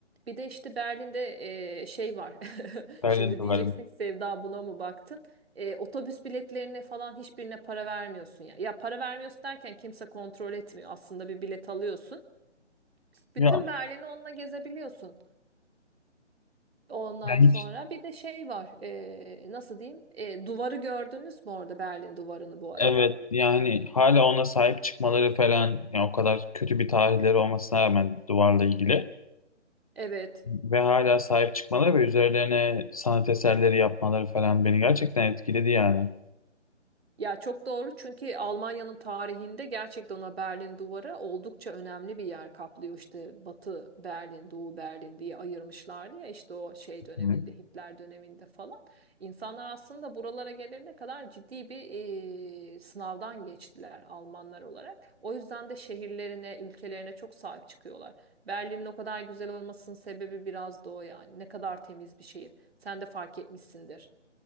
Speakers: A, on the right (about 55°); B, on the left (about 30°).
A: Bir de işte Berlin'de e, şey var. <laughs>
B: öyle
A: Şimdi
B: diyorlar.
A: diyeceksin ki Sevda buna mı baktın? E, otobüs biletlerine falan hiçbirine para vermiyorsun ya. Ya para vermiyorsun derken kimse kontrol etmiyor. Aslında bir bilet alıyorsun. Bütün
B: Ya
A: Berlin'i onunla gezebiliyorsun. Ondan
B: yani
A: sonra
B: hiç
A: bir de şey var. e, nasıl diyeyim? E, duvarı gördünüz mü orada Berlin duvarını bu
B: evet
A: arada?
B: yani hala ona sahip çıkmaları falan yani o kadar kötü bir tarihleri olmasına rağmen duvarla ilgili
A: Evet.
B: ve hala sahip çıkmaları ve üzerlerine sanat eserleri yapmaları falan beni gerçekten etkiledi yani.
A: Ya çok doğru çünkü Almanya'nın tarihinde gerçekten ona Berlin Duvarı oldukça önemli bir yer kaplıyor. İşte Batı Berlin, Doğu Berlin diye ayırmışlardı ya işte o şey döneminde,
B: Hı.
A: Hitler döneminde falan. İnsanlar aslında buralara gelene kadar ciddi bir eee, sınavdan geçtiler Almanlar olarak. O yüzden de şehirlerine, ülkelerine çok sahip çıkıyorlar. Berlin'in o kadar güzel olmasının sebebi biraz da o yani. Ne kadar temiz bir şehir. Sen de fark etmişsindir.